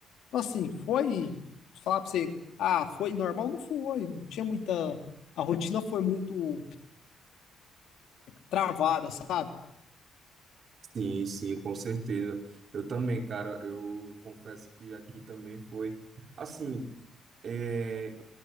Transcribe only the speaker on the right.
Sim, sim, com certeza. Eu também, cara, eu confesso que aqui também foi. Assim, é,